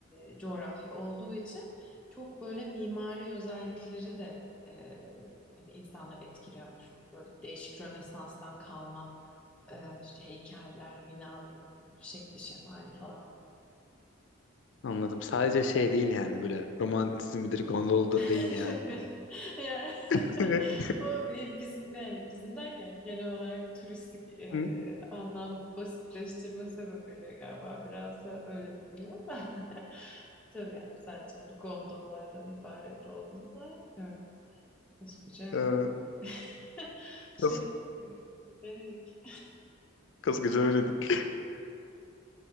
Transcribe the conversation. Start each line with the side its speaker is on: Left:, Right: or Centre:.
Centre: e, coğrafya olduğu için çok böyle mimari özellikleri de e, hani insanları etkiliyormuş. Böyle değişik Rönesans'tan kalma e, işte heykeller, binaların şekli şemali falan.
Left: Anladım. Sadece şey değil yani böyle romantizmidir, gondoludur
Centre: <laughs>
Left: değil yani.
Centre: Yani
Left: <laughs>
Centre: <laughs> o bi- bizim yani bizim derken genel olarak turistik e,
Left: Hı?
Centre: anlamda basitleştirme sebebiyle galiba biraz da öyle biliniyor da. Tabii yani sadece hani gondollardan ibaret olduğunu zannetmiyorum. Koskoca
Left: Ee,
Centre: <laughs> şey
Left: kas,
Centre: Venedik.
Left: kaskıca öyledik.